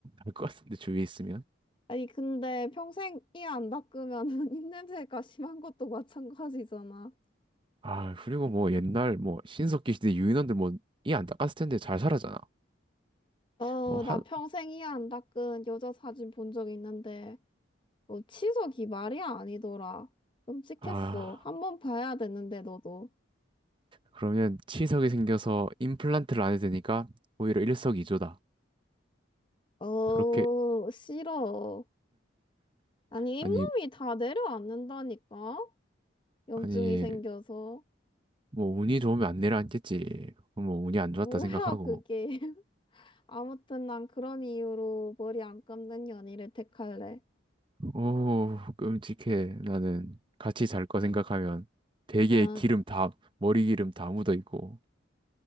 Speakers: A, on the right (about 25°); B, on the left (about 25°).
A: 날 것 같은데, 주위에 있으면.
B: 아니, 근데 평생 이 안 닦으면은 <laughs> 입 냄새가 심한 것도 마찬가지잖아.
A: 아, 그리고 뭐 옛날 뭐 신석기 시대 유인원들 뭐 이 안 닦았을 텐데 잘 살았잖아.
B: 어,
A: 뭐 한,
B: 나 평생 이 안 닦은 여자 사진 본 적 있는데, 어, 치석이 말이 아니더라. 끔찍했어.
A: 아.
B: 한번 봐야 되는데, 너도.
A: 그러면 치석이 생겨서 임플란트를 안 해도 되니까 오히려 일석이조다.
B: 어,
A: 그렇게
B: 싫어. 아니,
A: 아니
B: 잇몸이 다 내려앉는다니까? 염증이
A: 아니
B: 생겨서.
A: 뭐 운이 좋으면 안 내려앉겠지. 뭐 운이 안
B: 뭐야,
A: 좋았다 생각하고
B: 그게. <laughs> 아무튼 난 그런 이유로 머리 안 감는 연희를 택할래.
A: 오 끔찍해. 나는 같이 잘 거 생각하면 베개에
B: 응.
A: 기름 다 머리 기름 다 묻어 있고